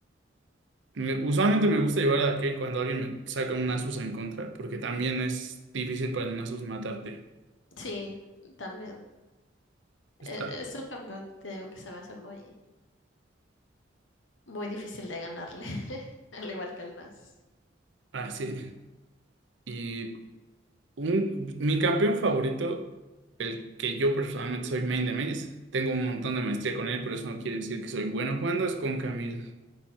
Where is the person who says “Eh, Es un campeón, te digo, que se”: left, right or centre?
Left